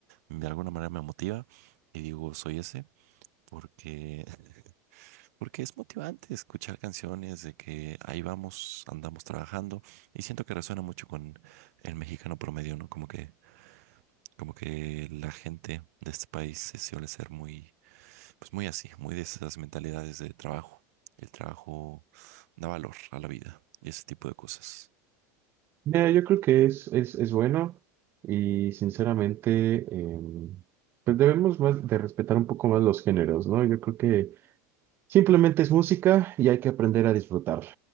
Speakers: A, on the right; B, on the right.
A: de alguna manera me motiva y digo, soy ese, porque, <laughs> porque es motivante escuchar canciones de que ahí vamos, andamos trabajando y siento que resuena mucho con el mexicano promedio, ¿no? Como que, como que la gente de este país se suele ser muy, pues muy así, muy de esas mentalidades de trabajo. El trabajo da valor a la vida y ese tipo de cosas.
B: Mira, yo creo que es, es, es bueno y sinceramente, em, pues debemos más de respetar un poco más los géneros, ¿no? Yo creo que simplemente es música y hay que aprender a disfrutarla.